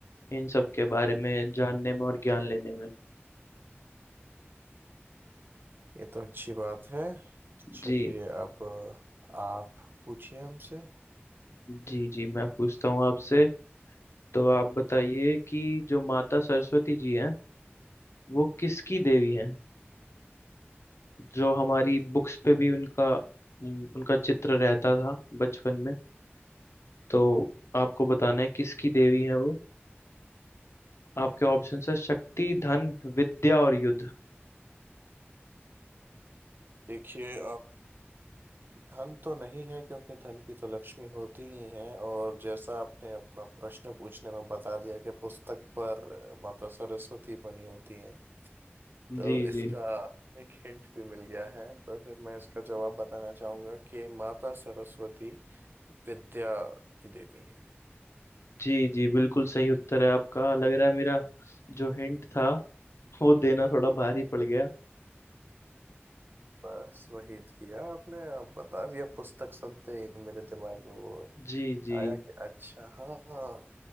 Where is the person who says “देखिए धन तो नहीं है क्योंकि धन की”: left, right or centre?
Right